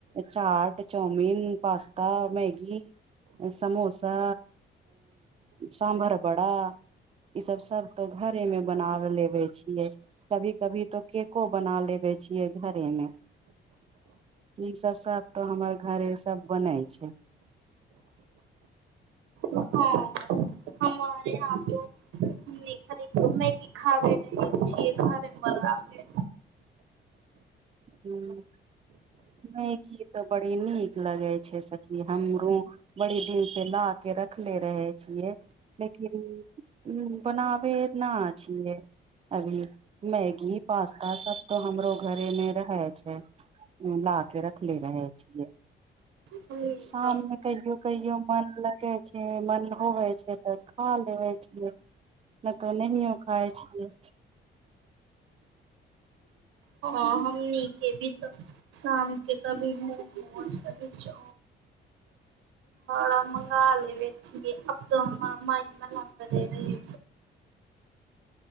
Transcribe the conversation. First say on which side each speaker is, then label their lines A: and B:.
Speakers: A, on the right; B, on the right.
A: chaat chowmein pasta Maggi samosa sambar बड़ा ईसब सब तो घरेमे बनाव लेबे छियै कभी कभी तो केको बना लेबे छियै घरे मे ई सब सब तो हमर घरे सब बनै छै
B: हँ हमारे यहाँ तो देख देखू दिखाबे नहि छिय घर मे
A: हूँ नहिकी ऽ बड़ी नीक लगै छै सखी हमरो बड़ी दिन से ला के रख ले रहे छियै लेकिन उ बनाबेना छियै अभी मैगी पास्ता सब तऽ हमरो घरे में रहै छै ला के रख ले रहै छी
B: हमनी
A: शाममे कहियो कहियो मन लगै छै मन होबैत छै तऽ खा लेबै छिये नहि तऽ नहियो खाय छियै
B: हँ हम नीके भी तऽ शाम के कभी मोमोज कभी चो ना मंगा लेबे छिये अब तो <unintelligible> <unintelligible> मामा <unintelligible> न नहि